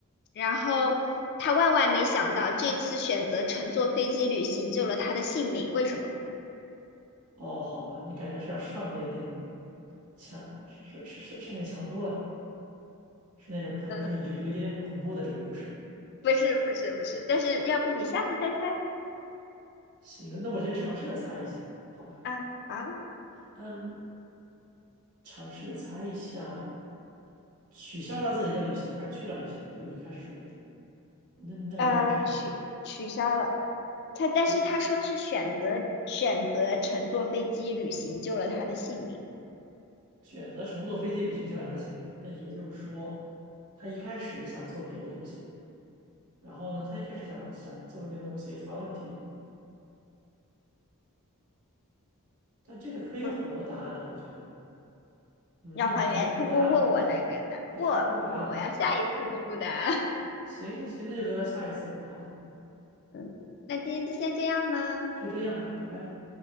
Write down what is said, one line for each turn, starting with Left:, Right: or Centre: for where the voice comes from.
Left: 然后她万万没想到这次选择乘坐飞机旅行救了她的性命，为什么？
Right: 哦，好吧，你感觉是要上点那种强，是是是上点强度了，是那种可能是有有一点点恐怖的这个故事。
Left: 嗯。不是不是不是，但是要不你下次再猜
Right: 行，那我先尝试着猜一下，好吧？
Left: 啊？好，
Right: 嗯，尝试着猜一下，取消了自己的旅行还是去了旅行？就你一开始说那那那个原文是什么？
Left: 呃，取取消了。他但是他说是选择选择乘坐飞机旅行救了他的性命，
Right: 选选择乘坐飞机旅行就让他的姓名。那也就是说，他一开始想做别的东西，然后呢，他一开始想想做的那个东西出了问题。但这个可以有很多答案呢，
Left: 不是
Right: 我觉得。嗯，
Left: 要还原，
Right: 那你直接公布答案吧，
Left: 通过问我来给答。
Right: 我觉得你直接公布答案吧。
Left: 不不，我要下一次公布答案。
Right: 行行行，那就留到下一次吧。好的，
Left: <laughs> 嗯，那今天就先这样吧，
Right: 就这样吧，拜拜。